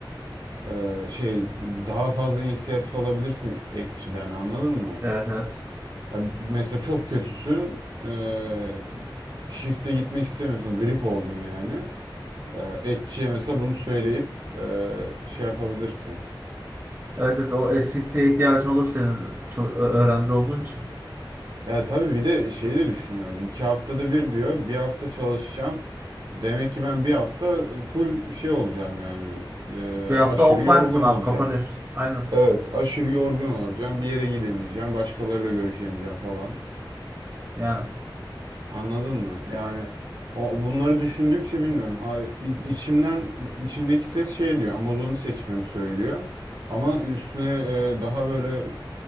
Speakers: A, on the right; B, on the right.
A: Ee, şey daha fazla inisiyatif alabilirsin etçiden anladın mı?
B: Evet evet.
A: Ha, mesela çok kötüsün ee, shift'e gitmek istemiyorsun grip oldun yani. Ee, etçiye mesela bunu söyleyip ee, şey yapabilirsin.
B: Evet evet o esnekliğe ihtiyacın olur senin çal- ö- öğrenci olduğun için.
A: Ya tabii bir de şeyi de düşünüyorum. İki haftada bir diyor bir hafta çalışacağım. Demek ki ben bir hafta full şey olacağım yani Ee,
B: Bir hafta
A: aşırı
B: offline'sın
A: yorgun olacağım.
B: abi kapanıyorsun. Aynen
A: Evet aşırı yorgun olacağım bir yere gidemeyeceğim başkalarıyla görüşemeyeceğim falan.
B: yani.
A: Anladın mı? Yani o bunları düşündükçe bilmiyorum. A- i- içimden i- içimdeki ses şey diyor. Amazon'u seçmemi söylüyor. Ama üstüne e, daha böyle